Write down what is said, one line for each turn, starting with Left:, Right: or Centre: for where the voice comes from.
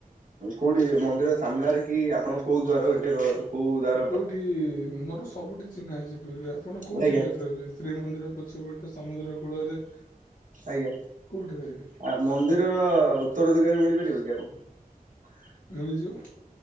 Right: କୋଉଠି ମନ୍ଦିର ସାମ୍ନାରେ କି ଆପଣ କୋଉ ଦ୍ଵାର ବାଟେ କୋଉ ଦ୍ଵାର
Left: କୋଉଠି ମୋର ସବୁଠି ଚିହ୍ନା ଅଛି ପୁରୀର। ଆପଣ କୋଉ
Right: ଆଜ୍ଞା
Left: ଯେଗା ରହିବେ ଶ୍ରୀମନ୍ଦିର ପଛପଟେ ସମୁଦ୍ର କୂଳରେ।
Right: ଆଜ୍ଞା
Left: କୋଉଠି ରହିବେ
Right: ଆ ମନ୍ଦିରର ଉତ୍ତର ଦିଗରେ ମିଳିପାରିବ କି ଆପଣ
Left: ମିଳି ଯିବ।